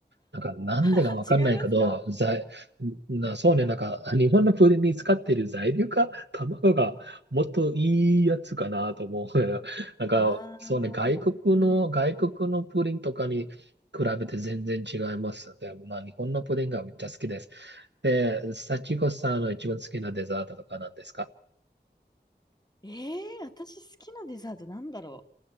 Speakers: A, on the right; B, on the left.
A: なんか、なんでかわかんないけど、
B: <laughs> 違いますか
A: 材、な、そうね、なんか、日本のプリンに使っている材料か、卵がもっといいやつかなと思う。<laughs> なんか、
B: ああー、
A: そうね、外国の、
B: なるほどね。
A: 外国のプリンとかに比べて全然違います。で、まあ、日本のプリンがめっちゃ好きです。で、幸子さんの一番好きなデザートとかなんですか
B: ええー私好きなデザートなんだろ